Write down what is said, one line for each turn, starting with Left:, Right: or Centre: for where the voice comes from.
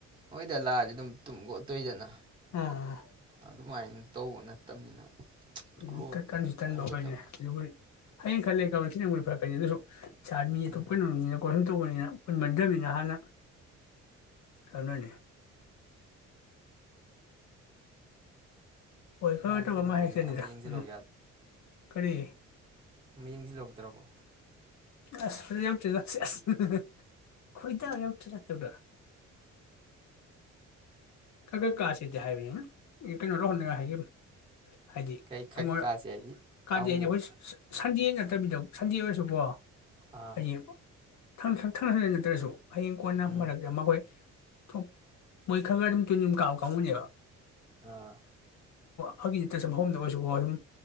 Right: ꯍꯣꯏꯗ ꯂꯛꯑꯗꯤ ꯑꯗꯨꯝ ꯇꯨꯝꯒꯠꯇꯣꯏꯗꯅ
Left: ꯎꯝ
Right: ꯑꯗꯨꯃꯥꯏꯅ ꯇꯧꯕ ꯅꯠꯇꯕꯅꯤꯅ
Left: ꯎ
Right: ꯀ꯭ꯂꯣ
Left: ꯀ ꯀꯅꯤ ꯊꯟꯕ
Right: ꯑꯣꯏꯗꯕꯅꯤ
Left: ꯍꯣꯏꯅꯦ ꯑꯗꯨꯕꯨ ꯍꯌꯦꯡ ꯈꯜꯂꯦ ꯀ ꯁꯤꯅꯕꯨꯗꯤ ꯐꯔꯛꯀꯅꯤ ꯑꯗꯨꯁꯨ ꯁꯥꯔ ꯃꯤ ꯑꯇꯣꯞ
Right: ꯎꯝ
Left: ꯀꯩꯅꯣꯅꯤꯅ ꯀꯣ ꯁꯨꯝꯇꯎꯄꯥꯅꯦꯅ ꯄꯨꯅꯕꯥ ꯅꯥꯇꯥ ꯃꯤꯅꯤ ꯍꯥꯅꯥ ꯑꯗꯨꯅꯥꯅꯤ ꯍꯣꯏ ꯈꯔꯥꯇꯧꯃꯥꯏꯟ
Right: ꯅꯍꯥꯟ ꯀꯩꯅꯣ ꯇꯧꯔꯤꯉꯥꯏ
Left: ꯍꯥꯏꯦꯛꯆꯥꯅꯤꯗ
Right: ꯑꯃ ꯌꯦꯡꯁꯤꯜꯍꯧ
Left: ꯎꯝ ꯀꯔꯤ
Right: ꯃꯥ ꯌꯦꯡꯖꯤ ꯂꯧꯗ꯭ꯔꯕꯣ
Left: ꯑꯁ ꯐꯖꯥ ꯌꯥꯑꯣꯇꯦꯗꯥ ꯁꯦꯁ ꯍꯨ ꯍꯨ ꯍꯨ ꯌꯥꯑꯣꯇꯦꯗ ꯇꯧꯗ ꯈꯔ ꯈꯔ ꯀꯥꯁꯤꯗꯤ ꯍꯥꯏꯕꯅꯤ ꯀꯩꯅꯣ ꯔꯍꯨꯜ ꯅꯥ ꯃꯥꯌ ꯍꯥꯏꯖꯕ ꯍꯥꯏꯗꯤ
Right: ꯀꯩ ꯈꯛ
Left: ꯑꯃꯑꯣ
Right: ꯀꯥꯁꯦ ꯍꯥꯏꯗꯤ
Left: ꯀꯥꯗ
Right: ꯑꯃꯨꯛ
Left: ꯍꯥꯏꯗꯩ ꯁꯤꯟꯗꯥꯏ ꯅꯥꯇꯕꯤꯗ ꯁꯨꯟꯗꯥꯏ ꯑꯣꯏꯔꯁꯨ ꯀꯦ
Right: ꯑꯥ
Left: ꯍꯥꯏꯗꯤ ꯊꯅꯥ ꯊꯥꯅꯥ ꯊꯥꯅꯊꯅꯥ ꯅꯥꯠꯔꯁꯨ ꯍꯌꯤꯡ ꯀꯣꯟꯅ
Right: ꯎꯝ
Left: ꯃꯔꯛ ꯑꯃꯥ ꯍꯣꯌ ꯊꯣꯀ ꯀꯣꯏ ꯈꯔꯥ ꯈꯔꯥ ꯑꯗꯨꯝ ꯇꯨꯅꯤꯕ ꯀꯥꯕꯥ ꯀꯟꯒꯨꯅꯦꯕꯥ
Right: ꯑꯥ
Left: <inaudible> ꯍꯧꯒꯤ ꯇꯥꯁꯥ ꯍꯧꯃꯗꯨ ꯁꯠꯇꯁꯨ ꯀꯦ